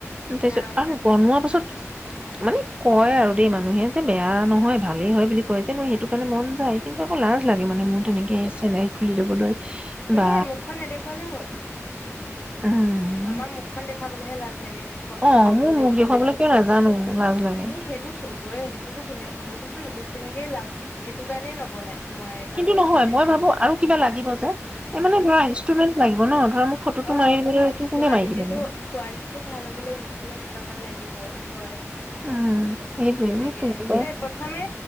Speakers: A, on the right (about 20°); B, on the left (about 35°).
A: উম, তাৰ পিছত
B: আহ
A: আৰু বনোৱা পাছত, মানে কয় আৰু দেই মানুহে যে, বেয়া নহয় ভালেই হয় বুলি কয় যে, মোৰ সেইটো কাৰণে মন যায় কিন্তু আকৌ লাজ, লাগে মানে মোৰ তেনেকে, খুলি লবলৈ বা,
B: একো নাই মুখখন নেদেখুৱালে হ'ল।
A: উম
B: আমাৰ মুখখন দেখ, - খাবলৈহে লাজ, লাগে মুখক
A: অ
B: নিজক
A: মোৰ
B: দেখাবলে
A: মুখ দেখুৱাবলৈ
B: কিন্তু
A: কিয় নাজানো
B: এ,
A: লাজ লাগে।
B: সেইটো চব, হয়, সেইটো- টো কোনেওঁ সেইটোতো বেছিভাগেই লাজ, সেইটো কাৰণেই নবনাই। নোৱাৰে কাৰণ
A: কিন্তু
B: মুখখন
A: নহয়,
B: দেখাই
A: মই ভাবোঁ
B: দিবলৈ
A: আৰু কিবা লাগিব যে, এই মানে ধৰা ইনষ্ট্ৰুমেন্ট লাগিব ন'। ধৰা মোক ফটোটো
B: অ',
A: মাৰি দিবলৈ এইটো কোনে
B: কোৱালিটিটো,
A: মাৰি দিব নো
B: কোৱালিটিটো ভাল হবলৈ ইনষ্ট্ৰুমেন্ট দুটামান লাগিব। ব, হয়।
A: উম সেইটোৱে
B: এনেকে,
A: মোক কোনোবাই
B: কিনে প্ৰথমে